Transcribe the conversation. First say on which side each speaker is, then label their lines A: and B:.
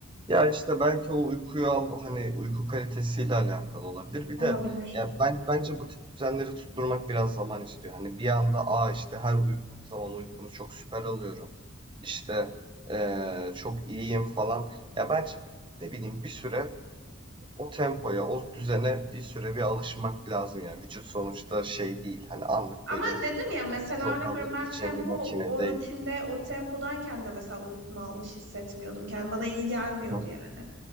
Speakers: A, on the right (about 20°); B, on the right (about 55°).
A: Ya işte belki o uykuyu al hani uyku kalitesiyle alakalı olabilir. Bir
B: Olabilir.
A: de ya ben bence bu tip düzenleri tutturmak biraz zaman istiyor. Hani bir anda aa işte her uyuduğum zaman uykumu çok süper alıyorum. İşte eee, çok iyiyim falan. Ya bence ne bileyim bir süre O tempoya, o düzene bir süre bir alışmak lazım yani. Vücut sonuçta şey değil. Hani anlık
B: Ama
A: böyle
B: dedim ya mesela
A: programlayabileceğim
B: örnek veriyorum ben tempo
A: bir makine
B: o
A: değil.
B: rutinde o tempodayken de mesela uykumu almış hissetmiyordum. Yani bana iyi gelmiyordu
A: Hı
B: yani.